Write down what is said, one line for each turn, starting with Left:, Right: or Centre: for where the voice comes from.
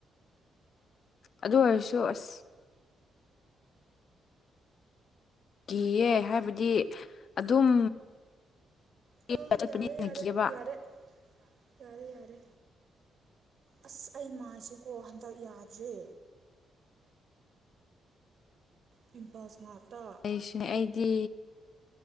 Left: ꯑꯗꯨ ꯑꯣꯏꯔꯁꯨ ꯑꯁ꯫ ꯀꯤꯌꯦ ꯍꯥꯏꯕꯗꯤ ꯑꯗꯨꯝ
Right: ꯑ
Left: ꯆꯠꯄꯅꯤꯅ
Right: ꯌꯥꯔꯦ ꯌꯥꯔꯦ
Left: ꯀꯤꯑꯕ
Right: ꯌꯥꯔꯦ꯫ ꯌꯥꯔꯦ ꯌꯥꯔꯦ ꯑꯁ ꯑꯩ ꯃꯥꯏꯁꯦꯀꯣ ꯍꯟꯗꯛ ꯌꯥꯗ꯭ꯔꯦ ꯄꯤꯝꯄꯜꯁ ꯉꯛꯇ꯫
Left: ꯑꯩꯁꯤꯅꯦ ꯑꯩꯗꯤ